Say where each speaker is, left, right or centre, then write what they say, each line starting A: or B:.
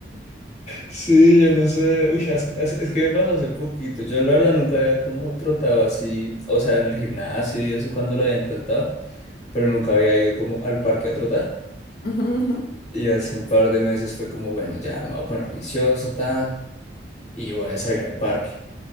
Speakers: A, on the left (about 55°); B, on the left (about 40°).
A: <laughs>
B: Sí, yo no sé, uy, es, que es- es que me pasó hace poquito, yo la verdad nunca había como trotado así, o sea, en el gimnasio y eso cuando lo había intentado, pero nunca había ido como al parque a trotar.
A: Ujú, ujú.
B: Y hace un par de meses fue como, bueno, ya me voy a poner juicioso, tan, y voy a salir al parque.